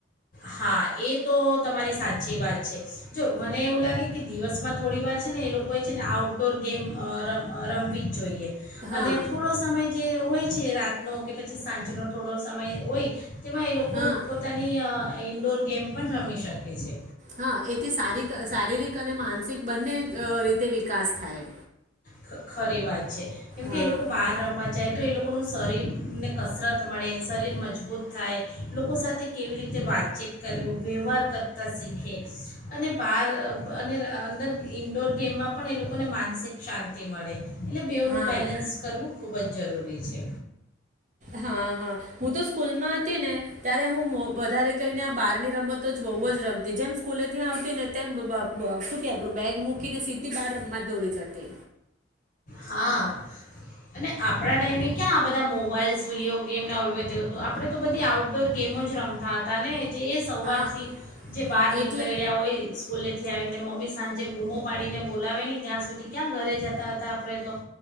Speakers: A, on the left; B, on the right.
A: હા એ તો તમારી સાચી વાત છે જો મને એવું લાગે કે દિવસમાં થોડી વાર છે ને એ લોકોએ છે ને આઉટડોર ગેમ અ રમ રમવી જ જોઈએ
B: હા
A: અને થોડો સમય જે હોય છે રાત નો કે પછી સાંજનો થોડો સમય હોય તેમાં એ લોકો
B: હા
A: પોતાની ઇન્ડોર ગેમ પણ રમી શકે છે.
B: હા એથી સારી શારીરિક અને માનસિક બંને રીતે વિકાસ થાય.
A: ખ ખરી વાત. છે કેમકે
B: હા
A: એ લોકો બહાર રમવા જાય તો એ લોકો લોકોનું શરીરને કસરત મળે શરીર મજબૂત થાય લોકો સાથે કેવી રીતે વાતચીત કરવી વ્યવહાર કરતાં શીખે અને બહાર અને અંદર ઇન્ડોર ગેમમાં પણ એ લોકોને માનસિક શાંતિ તી મળે એટલે બેઓનું
B: હા
A: બેલેન્સ કરવું ખૂબ જ જરૂરી છે.
B: હા હા હું તો સ્કૂલમાં હતી ને ત્યારે હું વધારે કહીને આ બારની રમતો જ બહુ જ રમતી જેમ સ્કૂલે થી આવતી ને તેમ શું કે આપડું બેગ કેને સીધી બાર દોડી જતે.
A: હા અને આપણા ટાઈમે ક્યાં આ બધા મોબાઈલ્સ વિડીયો ગેમને અવત હતું આપણે તો બધી આઉટડોર ગેમો જ રમતા હતા ને. જે સવારથી
B: હા
A: જે બહાર
B: એટલે
A: નીકળ્યા હોય સ્કૂલે થી આવીને મમ્મી સાંજે બૂમો પાડીને બોલાવે નહી ત્યાં સુધી ક્યાં ઘરે જતા હતા. આપણે તો